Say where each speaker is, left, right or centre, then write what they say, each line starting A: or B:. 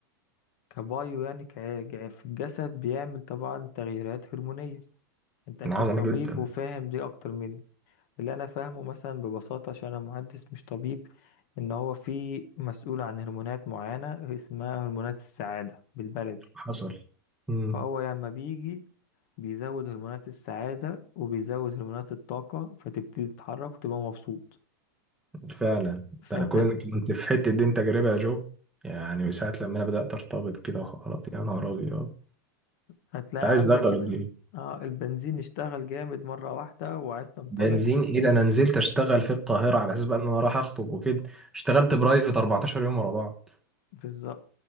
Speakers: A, on the left; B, in the centre.
A: كبايو يعني ك... في الجسد بيعمل طبعا تغييرات هرمونية انت اكيد
B: من عظمة
A: طبيب
B: جدا
A: وفاهم دي اكتر مني اللي انا فاهمه مثلا ببساطه عشان انا مهندس مش طبيب ان هو في مسؤول عن هرمونات معينه اسمها هرمونات السعاده بالبلدي
B: حصل امم
A: فهو لما بيجي بيزود هرمونات السعاده وبيزود هرمونات الطاقه فتبتدي تتحرك وتبقى مبسوط
B: فعلا
A: فانت
B: ده انا كنت كنت في حتة دي تجربة يا جو يعني وساعة لما انا بدأت ارتبط كده وحوارات يا نهار ابيض
A: هتلاقي
B: انت عايز
A: عندك
B: ده تغيرني
A: ال... آه البنزين اشتغل جامد مره واحده وعايز
B: <laughs>
A: تنطلق
B: بنزين ايه ده انا نزلت اشتغل في القاهرة على اساس بقى ان انا رايح اخطب وكده اشتغلت برايفت 14 يوم ورا بعض
A: بالظبط